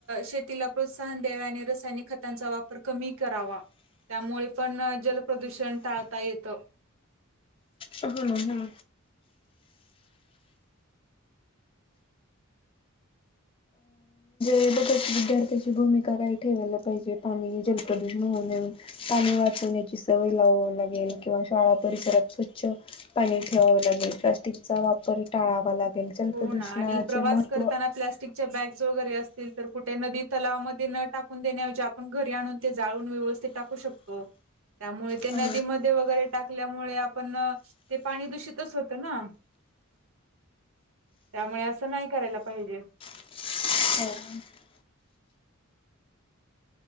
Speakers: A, on the right (about 65°); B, on the left (about 25°).
A: शेतीला प्रोत्साहन द्यावे आणि रसायनिक खतांचा वापर कमी करावा. त्यामुळे पण जलप्रदूषण टाळता येतं.
B: ह ना हम. ते बघत विद्यार्थ्याची भूमिका काही ठेवायला पाहिजे पाणी जल प्रदूषण होण्या पाणी वाचवण्याची सवय लावावी लागेल किंवा शाळा परिसरात स्वच्छ पाणी ठेवावं लागेल. प्लास्टिकचा वापर टाळावा लागेल. जलप्रदूषणाचे
A: हो ना आणि प्रवास
B: महत्त्व
A: करताना प्लॅस्टिकच्या बॅग्स वगैरे अस असतील तर कुठे नदी तलावामध्ये न टाकून देण्याऐवजी आपण घरी आणून ते जाळून व्यवस्थित टाकू शकतो. त्यामुळे ते
B: हो
A: नदीमध्ये वगैरे टाकल्यामुळे आपण ते पाणी दूषितच होतं ना. त्यामुळे असं नाही करायला पाहिजे.
B: <inaudible> हो.